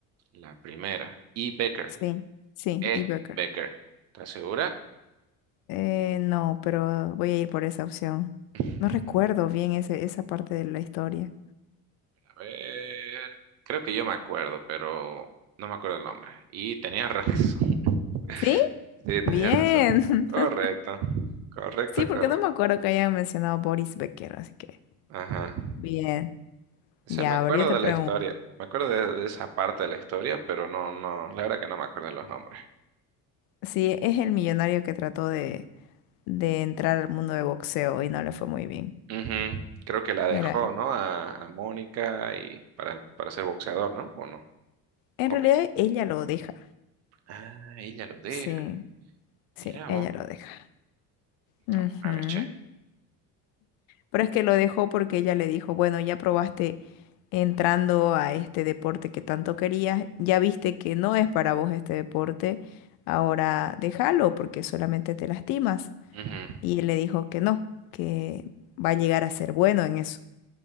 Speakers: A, on the right (about 45°); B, on the left (about 80°).
A: La primera, E. Becker.
B: Sí, sí,
A: E.
B: y Becker.
A: Becker. ¿Estás segura?
B: Eh, no, pero voy a ir por esa opción.
A: <laughs>
B: No recuerdo bien ese, esa parte de la historia.
A: A ver, creo que yo me acuerdo, pero no me acuerdo el nombre. Y tenías razón. <laughs>
B: ¿Sí?
A: Sí, tenías
B: Bien.
A: razón. Correcto,
B: <laughs>
A: correcto,
B: Sí, porque
A: correcto.
B: no me acuerdo que hayan mencionado Boris Becker, así que.
A: Ajá.
B: Bien.
A: O
B: Ya,
A: sea, me acuerdo
B: ahora yo te
A: de
B: pregunto.
A: la historia. Me acuerdo de, de esa parte de la historia, pero no, no, la verdad que no me acuerdo de los nombres.
B: Sí, es el millonario que trató de, de entrar al mundo de boxeo y no le fue muy bien.
A: Ujú. Creo que la dejó,
B: Era él.
A: ¿no? A, a Mónica y para, para ser boxeador, ¿no? ¿O no?
B: En
A: O
B: realidad,
A: me-
B: ella lo deja.
A: Ah, ella lo deja.
B: Sí, sí,
A: Mira
B: ella
A: vos,
B: lo deja.
A: esta
B: Ujú.
A: mujer, che.
B: Pero es que lo dejó porque ella le dijo, bueno, ya probaste entrando a este deporte que tanto querías, ya viste que no es para vos este deporte, ahora déjalo porque solamente te lastimas.
A: Ujú.
B: Y él le dijo que no, que va a llegar a ser bueno en eso.